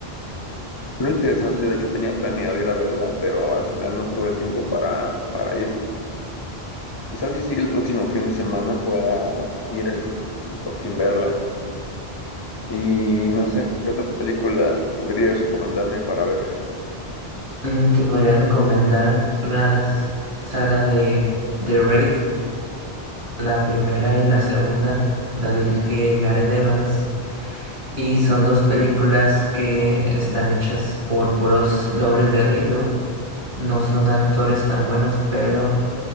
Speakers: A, on the left; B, on the right.
A: Muy interesante, de hecho tenía planeado ir a verla, pero al final no tuve tiempo para, para ir. Quizás si sigue el próximo fin de semana pueda ir y, y por fin verla. Y no sé, ¿qué otra película podrías recomendarme para ver?
B: Mm, Te podría recomendar la saga de The Raid, la primera y la segunda. La dirige Gareth Evans. Y son dos películas que están hechas por puros dobles de riesgo. No son actores tan buenos, pero